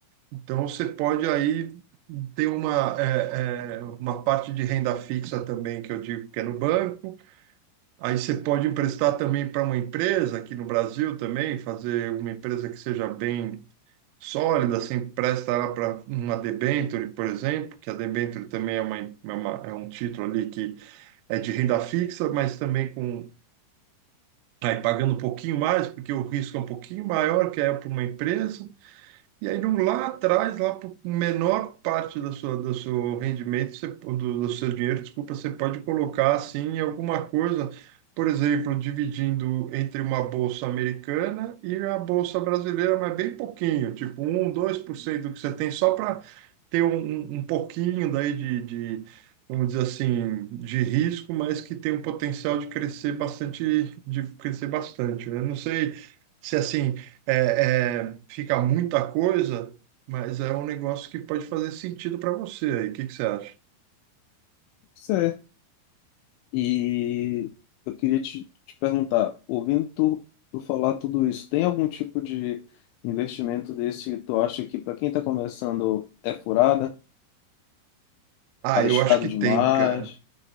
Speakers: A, on the right (about 80°); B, on the left (about 80°).
A: Então, você pode aí ter uma, é, é, uma parte de renda fixa também, que eu digo que é no banco, Aí você pode emprestar também para uma empresa, aqui no Brasil também, fazer uma empresa que seja bem sólida, você empresta ela para uma debênture, por exemplo, que a debênture também é, uma, é, uma- é um título ali que é de renda fixa, mas também com aí pagando um pouquinho mais, porque o risco é um pouquinho maior, que é para uma empresa, e aí no- lá atrás, lá por menor parte da sua, do seu rendimento, você- do, do seu dinheiro, desculpa, você pode colocar assim em alguma coisa, por exemplo, dividindo entre uma bolsa americana e a bolsa brasileira, mas bem pouquinho, tipo um 1, 2% do que você tem, só para ter um, um um pouquinho daí de, de, vamos dizer assim, de risco, mas que tem um potencial de crescer bastante, de crescer bastante, né? Não sei se assim é, é, fica muita coisa, mas é um negócio que pode fazer sentido para você aí. O que que você acha?
B: Certo. E eu queria te, te perguntar, ouvindo tu, tu falar tudo isso, tem algum tipo de investimento desse que tu acha que para quem está começando é furada,
A: Ah,
B: arriscado
A: eu acho que
B: demais?
A: tem, cara.